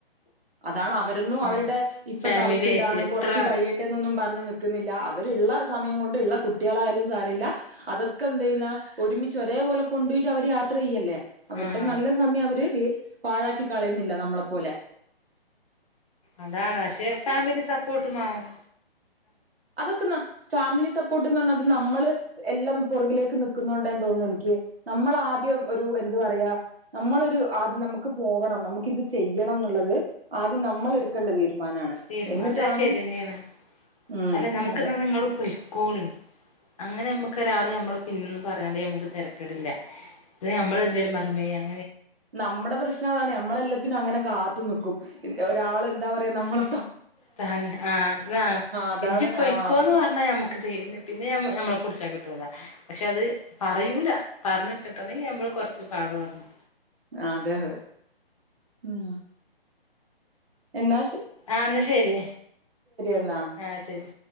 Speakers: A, on the right; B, on the left.
A: അതാണ് അവരൊന്നും അവരുടെ
B: ആഹ്
A: ഇപ്പോത്തെ
B: ഫാമിലി
A: അവസ്ഥ
B: ആയിട്ട്
A: ഇതാണ്
B: എത്ര
A: കൊറച്ച് കഴിയട്ടെന്നൊന്നും പറഞ്ഞ് നിക്കുന്നില്ല അവര് ഇള്ള സമയം കൊണ്ട് ഉള്ള കുട്ടികളായാലും സാരില്ല അതൊക്കെ എന്ത്യ്യന്ന ഒരുമിച്ച് ഒരേപോലെ കൊണ്ടോയിട്ട് അവര്യാ യത്രയല്ലേ അവരുടെ
B: ആഹ്
A: നല്ല സമയം അവര് പാഴാക്കി കളയുന്നില്ല നമ്മളെപ്പോലെ
B: അതാണ് ക്ഷെ ഫാമിലി സപ്പോർട്ടും വാണം
A: അതൊക്കെന്നാ ഫാമിലി സപ്പോർട്ട്ന്ന് പറന്ന നമ്മള് എല്ലം പുറകിലേക്ക് നിക്കുന്നുണ്ടന്ന് തോന്നുന്നു എനിക്ക് നമ്മൾ ആദ്യം ഒരു എന്ത് പറയാ നമ്മളൊരു ആദ്യം നമുക്ക് പോകണം നമുക്ക് ഇത് ചെയ്യണം എന്നുള്ളത് ആദ്യം നമ്മൾ
B: ശരി
A: എടുക്കേണ്ട തീരുമാനാണ്
B: തീരും
A: എന്നിട്ടാണ്
B: അത് ശരിയന്നെയാണ്
A: ഉം
B: അല്ല നമുക്ക്ന്നാ
A: അതെ
B: നിങ്ങള് പോയിക്കോളി അങ്ങനെ നമ്മ രാള് നമ്മള് പിന്ന്ന്ന് പറയാണ്ട് നമക്ക് തരക്കടില്ല അത് നമ്മൾന്തെലും പറയ്ബോ ഏ
A: നമ്മടെ പ്രശ്നം അതാണ് നമ്മളെല്ലത്തിനും അങ്ങനെ കാത്തു നിക്കും ഒരാൾ എന്താ പറയാ നമ്മള
B: താങ്ങ ആ എന്നാ
A: അതാണ്
B: ഇജ്ജ് പൊയ്ക്കോന്ന്
A: ആ അപ്പൊ
B: പറഞ്ഞാ ഞമ്മക്ക് ത്തി പിന്നെ ഞമ്മ പ പുടിച്ചാ കിട്ടൂല പക്ഷെ അത് പറയൂല പറഞ്ഞ് കിട്ടണങ്കി നമ്മള് കൊറച്ച് പാടുപടണം
A: അതെ തെ മം എന്നാശ
B: ആ ന്നാ ശരി
A: എന്നാ
B: ആ ശരി